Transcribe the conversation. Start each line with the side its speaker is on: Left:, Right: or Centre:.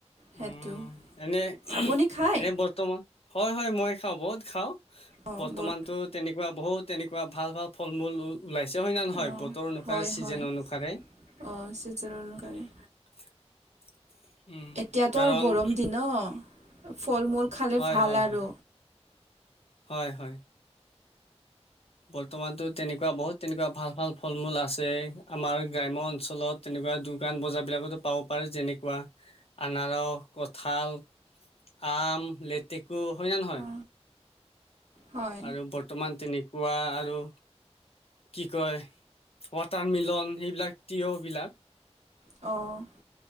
Right: সেইটো
Left: উম, এনেই,
Right: আপুনি খায়
Left: এনে বৰ্তমান, হয় হয়, মই খাওঁ, বহুত খাওঁ।
Right: অঁ
Left: বৰ্তমানতো
Right: বহুত
Left: তেনেকুৱা বহুত তেনেকুৱা ভাল ভাল ফল মূল ওলাইছে হয় নে নহয়?
Right: অঁ
Left: বতৰ অনুসাৰে
Right: হয়
Left: চিজন
Right: হয়
Left: অনুসাৰে।
Right: অঁ চিজনৰ
Left: <unintelligible>
Right: কাৰণে
Left: উম,
Right: এতিয়াতো
Left: কাৰণ
Right: আৰু গৰম দিন ন ফল মূল খালে
Left: হয়
Right: ভাল
Left: হয়
Right: আৰু।
Left: হয় হয় হয়। বৰ্তমানতো তেনেকুৱা বহুত তেনেকুৱা ভাল ভাল ফল মূল আছে, আমাৰ গ্ৰাম্য অঞ্চলত তেনেকুৱা দোকান বজাৰ বিলাকতো পাব পাৰি যেনেকুৱা, আনাৰস, কঁঠাল। আম, লেটেকু হয় না নহয়?
Right: অ, হয়
Left: আৰু বৰ্তমান তেনেকুৱা আৰু। কি কয় ৱাটাৰ মিলন সেইবিলাক টিয়বিলাক।
Right: অ',।